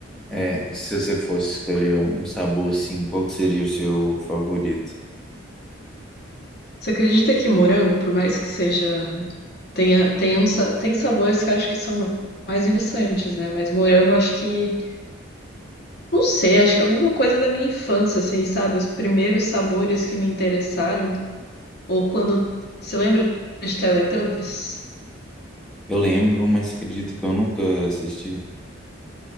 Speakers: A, in the centre; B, on the left (about 50°).
A: É, e se você fosse escolher um um sabor assim, Qual que seria o seu favorito?
B: Você acredita que morango, por mais que seja, tenha, tenha um, sa- tem sabores que eu acho que são mais interessantes, né? Mas morango, acho que, não sei, acho que é alguma coisa da minha infância, assim, sabe? Os primeiros sabores que me interessaram, ou quando, você lembra de Teletubbies?
A: Eu lembro, mas acredito que eu nunca assisti.